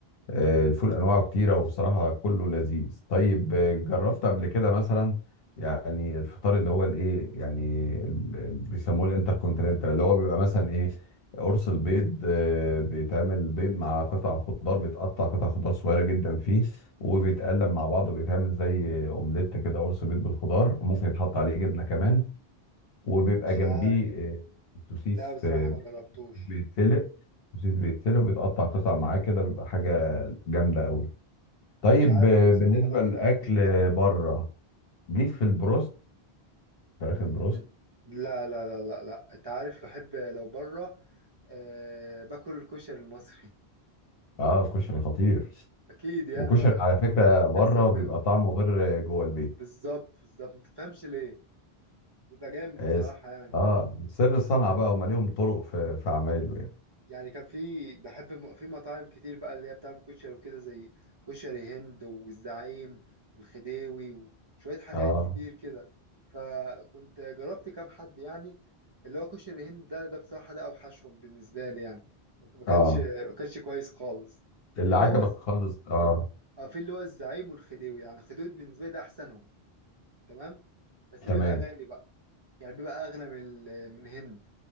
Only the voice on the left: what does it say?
آه، الفول انواعه كتيره وبصراحه كله لذيذ طيب آه، جربت قبل كده مثلا يعني الفطار اللي هو الايه يعني ال- ال- بيسموه الانتركونتيننتال اللي هو بيبقى مثلا ايه قرص البيض آه، بيتعمل بيض مع قطع خضار بيتقطع قطع خضار صغيره جدا فيه وبيتقلب مع بعض وبيتعمل زي اومليت كده قرص بيض بالخضار وممكن يتحط عليه جبنه كمان وبيبقى
جنبيه
آه، سوسيس
آه،
بيتسلق سوسيس بيتسلق وبيتقطع قطع معاه كده بيبقى حاجة جامدة قوي طيب
آه،
بالنسبة
للأكل
بره ليك في البروست فراخ
البروست
اه الكشري خطير
وكشري
على فكرة
بره
بيبقى طعمه غير جوه البيت
اه
س-
آه، سر الصنعة بقى هم ليهم طرق في في عمايله يعني
اه
اه
اللي
عجبك
خالص اه
تمام